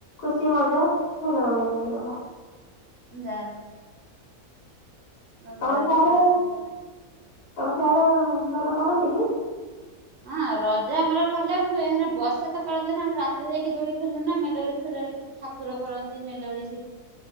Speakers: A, on the left (about 90°); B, on the right (about 65°).
A: ଖୁସି ମଜା ଭଲରେ ଭଲରେ ହେଇଗଲା।
B: ଯା ବୁଲାବୁଲି
A: ତମ ସିଆଡେ
B: କଲେ ସବୁ କଲେ।
A: ତମ ସିଆଡେ ଭଲ କରନ୍ତି କି?
B: ହଁ ରଜ ଆମର ଭଲ ହୁଏ ହେନେ ବର୍ଷା ତ କରେଇଦି ନା ଆମେ ରା ସେଥିରେ ଯାଇକି ଦୋଳି ଖେଳିଲୁ ନା ମେଲୋଡ଼ି ଫେଲୋଡି ଠାକୁର କରନ୍ତି ମେଲୋଡ଼ି ସେଠି